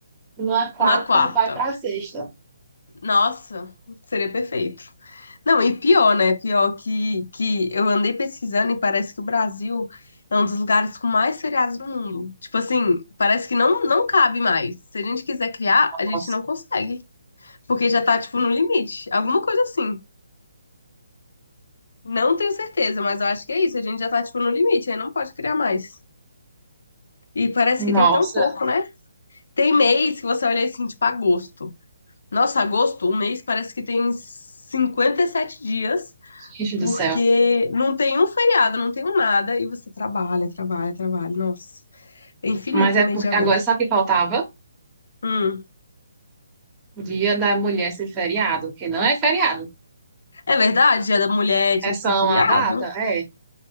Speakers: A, on the right; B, on the left.
A: numa quarta,
B: Na quarta.
A: vai pra sexta.
B: Nossa, seria perfeito. Não, e pior, né? Pior que, que eu andei pesquisando e parece que o Brasil é um dos lugares com mais feriados do mundo. Tipo assim, parece que não, não cabe mais. Se a gente quiser criar, a gente
A: Nossa,
B: não consegue. Porque já tá, tipo, no limite. Alguma coisa assim. Não tenho certeza, mas eu acho que é isso. A gente já tá, tipo, no limite, aí não pode criar mais. E parece
A: nossa,
B: que tem tão pouco, né? Tem mês que você olha assim, tipo, agosto. Nossa, agosto, um mês parece que tem 57 dias.
A: gente
B: Porque
A: do céu.
B: não tem um feriado, não tem um nada, e você trabalha, trabalha, trabalha. Nossa, é infinito
A: Mas
B: o
A: é
B: mês
A: porque
B: de agosto.
A: agora sabe o que faltava?
B: Hum.
A: Dia da mulher ser feriado, porque não é feriado.
B: É verdade, Dia da Mulher
A: É
B: tinha
A: só
B: que ser feriado.
A: uma data? É,